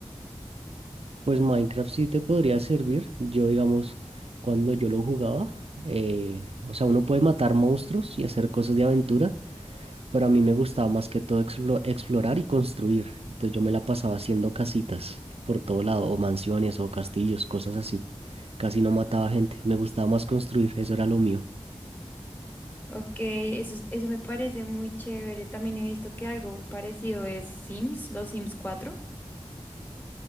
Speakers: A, on the right (about 65°); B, on the left (about 15°).
A: Pues Minecraft sí te podría servir. Yo, digamos, cuando yo lo jugaba, eh, o sea, uno puede matar monstruos y hacer cosas de aventura, Pero a mí me gustaba más que todo explo- explorar y construir. Entonces yo me la pasaba haciendo casitas por todo lado, o mansiones, o castillos, cosas así. Casi no mataba gente. Me gustaba más construir, eso era lo mío.
B: Ok, eso, es- eso me parece muy chévere. También he visto que algo parecido es Sims, los Sims cuatro.